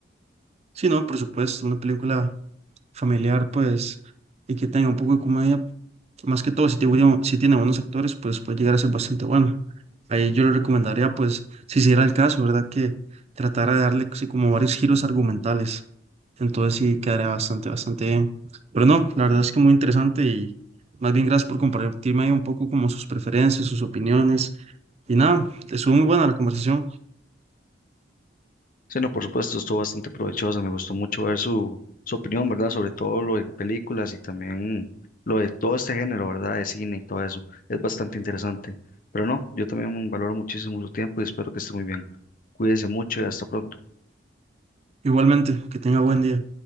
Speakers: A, on the right; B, on the left.
A: Sí, no, por supuesto, una película familiar pues y que tenga un poco de comedia. Más que todo, si tiene, buen- si tiene buenos actores, pues puede llegar a ser bastante bueno. Ahí yo le recomendaría, pues, si se diera el caso, ¿verdad? Que tratara de darle así como varios giros argumentales. Entonces sí quedaría bastante, bastante bien. Pero no, la verdad es que muy interesante y más bien gracias por compartirme ahí un poco como sus preferencias, sus opiniones. Y nada, estuvo muy buena la conversación.
B: Sí, no, por supuesto, estuvo bastante provechosa. Me gustó mucho ver su, su opinión, ¿verdad? Sobre todo lo de películas y también lo de todo este género, ¿verdad? De cine y todo eso. Es bastante interesante. Pero no, yo también valoro muchísimo su tiempo y espero que esté muy bien. Cuídese mucho y hasta pronto.
A: Igualmente, que tenga buen día.